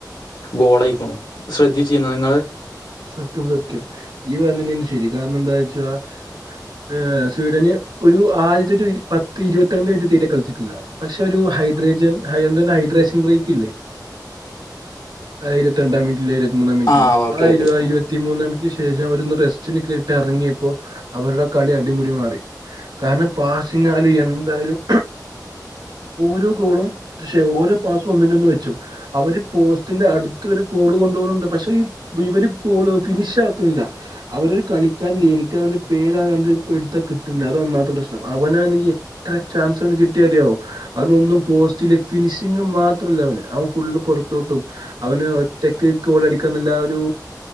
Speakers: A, on the left (about 85°); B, on the right (about 85°).
A: ഗോളായിക്കണു ശ്രദ്ധിച്ചിരുന്നോ നിങ്ങള്
B: സത്യം സത്യം ഈ പറഞ്ഞെനെനി ശരി കാരണം എന്താ വെച്ചാ ഏഹ് സ്വീഡന് ഒരു ആദ്യത്തെ ഒരു പത്ത് ഇരുപത്തിരണ്ട് മിനിറ്റ് തീരെ കളിച്ചിട്ടില്ല പക്ഷെ ഒരു ഹൈഡ്രേജൻ എന്താണ്ട് ഒര് ഹൈഡ്രേഷൻ ബ്രേക്ക് ഇല്ലേ ആയിരത്തി രണ്ടാം മിനിറ്റില് ഇരുപത്തി മൂന്നാം മിനിറ്റില്
A: ആഹ് ഓക്കെ
B: ആയിരുഇരുപത്തി
A: ഓക്കെ
B: പതിമൂന്നാമിക്ക് ശേഷം അവരൊന്ന് റെസ്റ്റിന് കേട്ടി ഇറങ്ങിയപ്പോ അവരുടെ കളി അടിമുടി മാറി കാരണം പാസിങ്ങായാലും എന്തായാലും ഓരോ ഗോളും ശ്ശെ ഓരോ പാസ്സ് ഒന്നിനൊന്ന് വെച്ചു അവര് പോസ്റ്റിന്റെ അടുത്ത് വരെ ഗോള് കൊണ്ടു പോവുന്നുണ്ട് പക്ഷെ ഇവര് ഗോൾ ഫിനിഷാക്കുന്നില്ല അവരൊരു കളിക്കാരുണ്ട് എനിക്ക് അവന്റെ പേരാണ്ട് എടുത്താ കിട്ടണില്ല അത് ഒന്നാമത്തെ പ്രശ്നം അവനാണെങ്കി എത്ര ചാൻസവന് കിട്ടിയറിയാവോ അവനൊന്നും പോസ്റ്റില് ഫിനിഷിങ് മാത്രല്ല അവന് അവൻ ഫുള്ള് പുറത്തോട്ടും അവന് ഒറ്റക്ക് ഗോളടിക്കന്നല്ല ഒരു